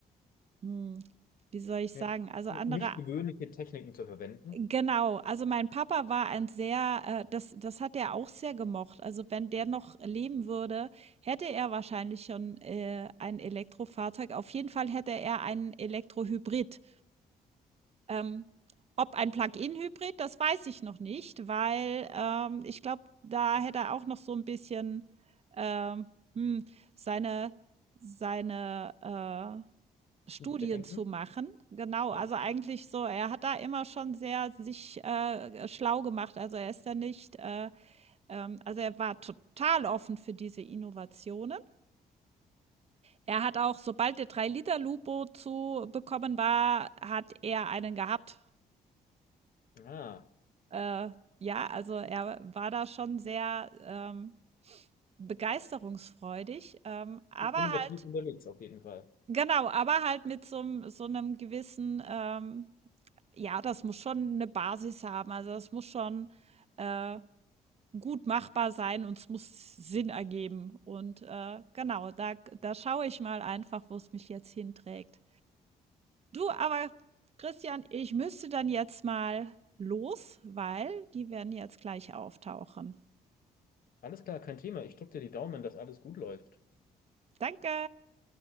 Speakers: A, on the right; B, on the left.
A: hm, wie soll ich
B: Ne-
A: sagen, also
B: Nicht
A: andere
B: gewöhnliche Techniken zu verwenden.
A: Genau, also mein Papa war ein sehr äh, das das hat er auch sehr gemocht. Also, wenn der noch leben würde, hätte er wahrscheinlich schon, äh, ein Elektrofahrzeug. Auf jeden Fall hätte er einen Elektrohybrid. Ähm, ob ein Plug-in-Hybrid, das weiß ich noch nicht, weil, ähm, ich glaube, da hätte er auch noch so ein bisschen, ähm, hm, seine seine, äh Studien
B: Bedenken?
A: zu machen. Genau,
B: Ah.
A: also eigentlich so, er hat da immer schon sehr sich äh, schlau gemacht. Also er ist da nicht, äh, ähm, also er war total offen für diese Innovationen. Er hat auch, sobald der drei liter lupo zu bekommen war, hat er einen gehabt.
B: Ah.
A: Äh, ja, also er war da schon sehr ähm, begeisterungsfreudig, ähm, aber
B: Innovativ
A: halt
B: unterwegs auf jeden Fall.
A: Genau, aber halt mit so 'm so 'nem gewissen, ähm ja, das muss schon eine Basis haben. Also, das muss schon, äh, gut machbar sein und es muss Sinn ergeben. Und, äh, genau, da da schaue ich mal einfach, wo es mich jetzt hinträgt. Du, aber Christian, ich müsste dann jetzt mal los, weil die werden jetzt gleich auftauchen.
B: Alles klar, kein Thema. Ich drücke dir die Daumen, dass alles gut läuft.
A: Danke.